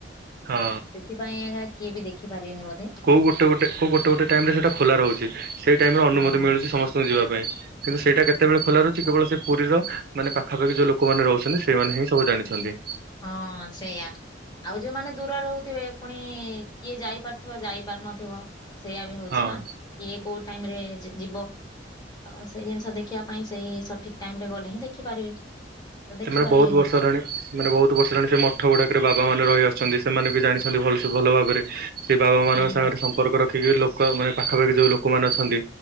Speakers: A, on the right; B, on the left.
A: ହଁ
B: ସେଥିପାଇଁ ଆଜ୍ଞା କିଏ ବି ଦେଖିପାରିବେନି ବୋଧେ।
A: କଉ ଗୋଟେ ଗୋ ଟେ କୋଉ ଗୋଟେ ଗୋଟେ ଟାଇମରେ ସେଇଟା ଖୋଲା ରହୁଚି ସେଇ ଟାଇମରେ ଅନୁମତି
B: ହଁ ହଁ।
A: ମିଳୁଚି ସମସ୍ତଙ୍କୁ ଯିବା ପାଇଁ। କିନ୍ତୁ ସେଇଟା କେତେବେଳେ ଖୋଲା ରହୁଚି କେବଳ ସେ ପୁରୀର ମାନେ ପାଖାପାଖି ଯୋଉ ଲୋକମାନେ ରହୁଛନ୍ତି ସେମାନେ ହିଁ ସବୁ ଜାଣିଛନ୍ତି।
B: ହଁ ସେୟା। ଆଉ ଯୋଉମାନେ ଦୂର ରହୁଥିବେ ଫୁଣି ଇ ଇ କିଏ ଯାଇପାରୁଥୁବ ଯାଇ ପାରୁନଥିବ। ସେୟା ବି ହଉଚି
A: ହଁ
B: ନା କିଏ କୋଉ ଟାଇମରେ ଯି ଯିବ। ତ ସେଇ ଜିନିଷ ଦେଖିବା ପାଇଁ ସେଇ ସଠିକ୍ ଟାଇମ୍ ରେ ଗଲେ ହିଁ ଦେଖିପାରିବେ। ତ ଦେଖି
A: ସେମାନେ
B: ପାରିବେନି
A: ବହୁତ ବର୍ଷ
B: ଆଉ।
A: ହେଲାଣି ମାନେ ବହୁତ ବର୍ଷ ହେଲାଣି ସେ ମଠ ଗୁଡ଼ାକରେ ବାବା ମାନେ ରହିଆସଛନ୍ତି ସେମାନେ ବି ଜାଣିଛନ୍ତି ଭଲସେ ଭଲ ଭାବେରେ। ସେ ବାବା ମାନଙ୍କ
B: ହଁ
A: ସାଙ୍ଗରେ
B: ହଁ।
A: ସମ୍ପର୍କ ରଖିକି ଲୋକ ମାନେ ପାଖାପାଖି ଯୋଉ ଲୋକମାନେ ଅଛନ୍ତି